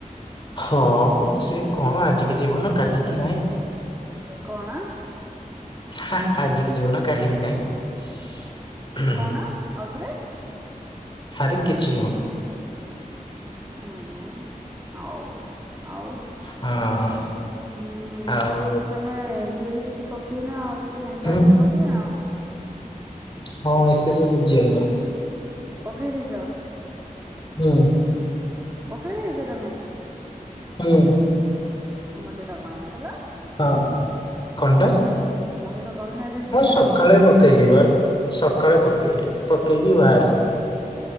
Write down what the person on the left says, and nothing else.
ହଁ ମ ସେ କଣ ଆଜିକି ଜୀବନ କାଲିକି ନାହିଁ।
ହା ଆଜିିକି ଜୀବନ କାଲିକି ନାହିଁ।
ହାରେ କିଛି ନୁହଁ।
ହଁ
ଆଉ
ହୁଁ
ହଁ ଏସ୍ ଏସେ ସିଜିଏଲ୍ ଟା।
ହୁଁ।
ହୁଁ।
ହଁ କଣ ଟା?
ମୁଁ ସକାଳେ
ପକେଇଲି
ବା, ସକାଳେ
ପକେଇଲି। ପକେଇକି ବାହାରିଲି,